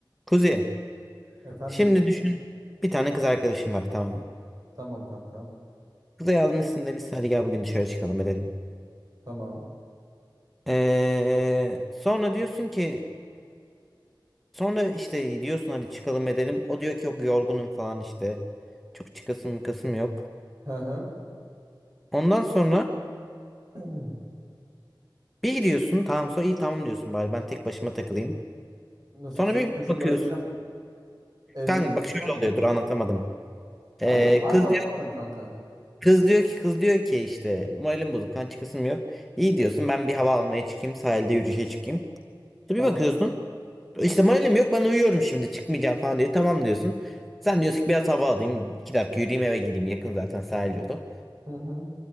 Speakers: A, in the centre; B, on the right.
A: Kuzi,
B: Efendim.
A: şimdi düşün bir tane kız arkadaşın var tamam mı?
B: Tamam kanka.
A: Kıza yazmışsın demişsin hadi gel bugün dışarı çıkalım edelim.
B: Tamam.
A: Ee, sonra diyorsun ki sonra işte diyorsun hadi çıkalım edelim. O diyor ki yok yorgunum falan işte. Çok çıkasım kasım yok.
B: Hı hı.
A: Ondan sonra
B: <clears throat>
A: bir gidiyorsun tamam sonra iyi tamam diyorsun bari ben tek başıma takılayım.
B: Nasıl
A: Sonra
B: kız arkadaşımı
A: bir bakıyorsun.
B: bırakacağım? Evde
A: Kanka bak
B: başıma
A: şöyle
B: mı
A: oluyor
B: geçeyim?
A: dur anlatamadım.
B: Abi,
A: Ee,
B: harbi
A: kız,
B: anlatamadın kanka.
A: kız diyor ki kız diyor ki işte moralim bozuk kan çıkasım yok. İyi diyorsun ben bir hava almaya çıkayım sahilde yürüyüşe çıkayım.
B: Tamam.
A: E, Bir bakıyorsun. İşte moralim yok ben uyuyorum şimdi çıkmayacağım falan diyor. Tamam diyorsun. Sen diyorsun ki biraz hava alayım. iki dakika yürüyeyim eve geleyim. Yakın zaten sahil yolu.
B: Hı hı.